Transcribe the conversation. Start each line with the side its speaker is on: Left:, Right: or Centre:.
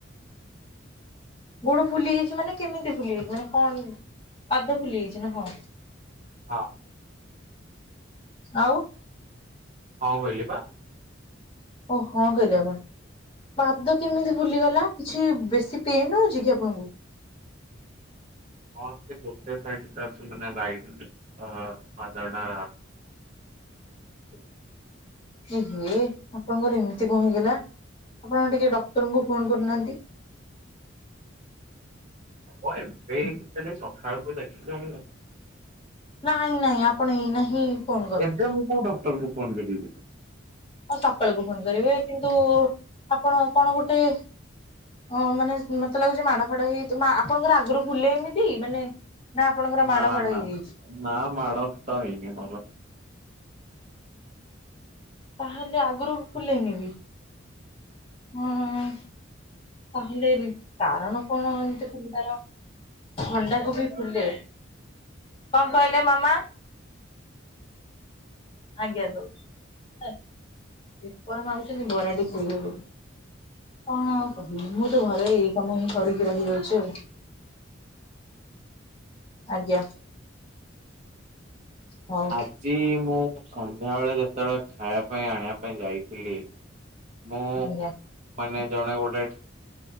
Left: ଗୋଡ ଫୁଲି ଯାଇଚି ମାନେ କେମିତି ଫୁଲି ଯାଇଚି ମାନେ କଣ ପାଦ ଫୁଲି ଯାଇଚି ନା କଣ?
Right: ହଁ।
Left: ଆଉ
Right: ହଁ କହିଲି ପା।
Left: ଓ ହଁ କହିଲେ ଆପଣ। ପାଦ କେମିତି ଫୁଲିଗଲା? କିଛି ବେଶୀ ପେନ୍ ହଉଚି କି ଆପଣଙ୍କୁ?
Right: ହଁ ସେ ଗୋଟେ ସାଇଟ୍ <unintelligible> ହଁ ପାଦ ଟା ହ
Left: ଏ ହେ ଆପଣଙ୍କର ଏମିତି କଣ ହେଇଗଲା। ଆପଣ ଟିକେ ଡକ୍ଟରଙ୍କୁ ଫୋନ୍ କରୁନାହାନ୍ତି।
Right: ହଁ ଏବେ <unintelligible> ସକାଳକୁ। <unintelligible>
Left: ନାଇଁ ନାଇଁ ଆପଣ ଏଇନା ହିଁ ଫୋନ କରନ୍ତୁ
Right: ଏବେ ମୁଁ କୋଉ ଡକ୍ଟର କୁ ଫୋନ୍ କରିବି।
Left: ହଁ ସକାଳକୁ ଫୋନ୍ କରିବେ। କିନ୍ତୁ ଆପଣ କଣ ଗୋଟେ ହଁ ମାନେ ମତେ ଲାଗୁଚି ମାଡ ଫାଡ ହେଇଯାଇ ଆପଣଙ୍କର ଆଗରୁ ଫୁଲେ ଏମିତି ମାନେ ନା ଆପଣଙ୍କର ମାଡ
Right: ନା
Left: ଫାଡ
Right: ନା।
Left: ହେଇଯାଇଛି?
Right: ନା ମାଡ ଫାଡ ହେଇନି ମୋର।
Left: ତାହେଲେ ଆଗରୁ ଫୁଲେନି ବି? ହୁଁ। ତାହେଲେ ରି କାରଣ କଣ ଏମିତି ଫୁଲିବାର? ଥଣ୍ଡାକୁ ବି ଫୁଲେ। କଣ କହିଲେ ମାମା? ଆଜ୍ଞା ଦଉଚି। ହେ ପେପର ମାଗୁଛନ୍ତି ବରା ଟି ଥୋଇବେ ବୋଲି। କଣ ଆଉ କହିବି ମୁଁ ତ ଘରେ ଏଇ କାମ ହିଁ କରିକି ରହିଯାଉଚି ଆଉ। ଆଜ୍ଞା। ହଉ
Right: ଆଜି ମୁଁ ସନ୍ଧ୍ୟାବେଳେ ଯେତେବେଳେ ଖାଇବା ପାଇଁ ଆଣିବା ପାଇଁ ଯାଇଥିଲି ମୁଁ
Left: ଆଜ୍ଞା
Right: ମାନେ ଜଣେ ଗୋଟେ